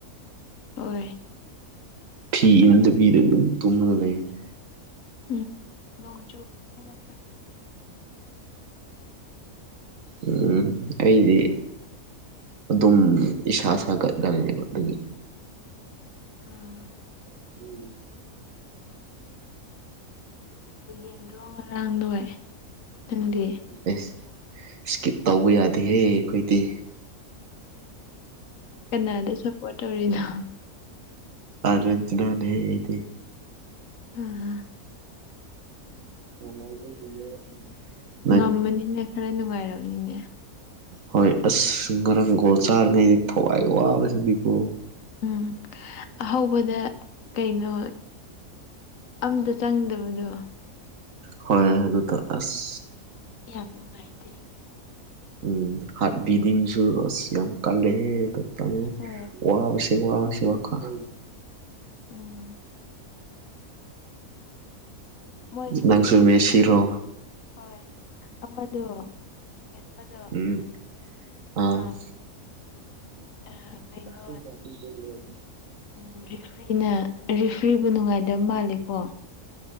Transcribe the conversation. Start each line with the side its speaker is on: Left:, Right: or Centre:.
Left: ꯍꯣꯏ
Right: ꯐꯤ ꯏꯅꯗꯕꯤꯗ ꯑꯗꯨꯝ ꯇꯨꯝꯂꯒ ꯂꯩꯔꯦ
Left: ꯎꯝ ꯅꯣꯡ ꯆꯨꯕꯅꯤꯅ ꯈꯔ
Right: ꯎꯝ ꯑꯩꯗꯤ ꯑꯗꯨꯝ ꯏꯁꯥ ꯁꯥꯒꯠꯂꯒ ꯂꯩ ꯑꯗꯨꯒꯤ
Left: ꯎꯝ
Right: ꯎꯝ
Left: ꯌꯦꯡꯗ꯭ꯔꯣ ꯉꯔꯥꯡ ꯅꯣꯏꯏ ꯈꯪꯗꯦ
Right: ꯑꯦꯁ ꯏꯁꯀꯤꯞ ꯇꯧꯕ ꯌꯥꯗꯦꯍꯦ ꯑꯩꯈꯣꯏꯗꯤ
Left: ꯀꯅꯥꯗ ꯁꯞꯄꯣꯔꯠ ꯇꯧꯔꯤꯅꯣ
Right: ꯑꯔꯖꯦꯟꯇꯤꯅꯥꯅꯦ ꯑꯩꯗꯤ
Left: ꯑꯥ
Right: ꯅꯨꯪꯉꯥꯏꯖꯩ ꯍꯨꯏꯌꯦ ꯇꯨꯝ <unintelligible>
Left: ꯉꯝꯃꯅꯤꯅ ꯈꯔ ꯅꯨꯡꯉꯥꯏꯔꯝꯅꯤꯅꯦ
Right: ꯍꯣꯏ ꯑꯁ ꯉꯔꯥꯡ ꯒꯣꯜ ꯆꯥꯔꯤꯉꯩ ꯊꯋꯥꯏ ꯋꯥꯕꯁꯤꯗꯤꯀꯣ
Left: ꯎꯝ ꯑꯍꯧꯕꯗ ꯀꯩꯅꯣ ꯑꯝꯇ ꯆꯪꯗꯕꯗꯣ
Right: ꯍꯣꯏ ꯑꯗꯨꯗ ꯑꯁ
Left: ꯌꯥꯝ ꯅꯨꯡꯉꯥꯏꯇꯦ
Right: ꯎꯝ ꯍꯥꯔꯠ ꯕꯤꯗꯤꯡꯁꯨ ꯑꯁ ꯌꯥꯝ ꯀꯜꯂꯦꯍꯦ ꯑꯗꯨꯏ ꯇꯥꯏꯃꯤꯡꯗꯣ
Left: ꯍꯣꯏ
Right: ꯋꯥꯕꯁꯤ ꯋꯥꯕꯁꯤ ꯋꯥꯈꯜ
Left: ꯎꯝ ꯃꯣꯏ
Right: ꯅꯪꯁꯨ ꯃꯦꯁꯤꯔꯣ
Left: ꯍꯣꯏ ꯑꯃꯗꯣ ꯑꯃꯗꯣ
Right: ꯎꯝ ꯑꯧ
Left: ꯑꯝ ꯑꯥ ꯀꯩꯅꯣ
Right: ꯆꯄꯤꯗ ꯂꯩ
Left: ꯎꯝ ꯔꯤꯐ꯭ꯔꯤꯅ ꯔꯤꯐ꯭ꯔꯤꯕꯨ ꯅꯨꯡꯉꯥꯏꯗꯕ ꯃꯥꯜꯂꯤꯀꯣ